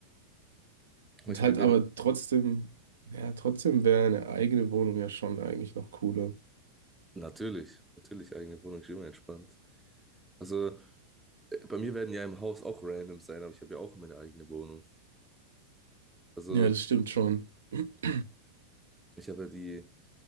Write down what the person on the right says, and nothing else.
Und
halt
aber trotzdem, ja, trotzdem wäre eine eigene Wohnung ja schon eigentlich noch cooler.
Ja, das stimmt schon. <clears throat>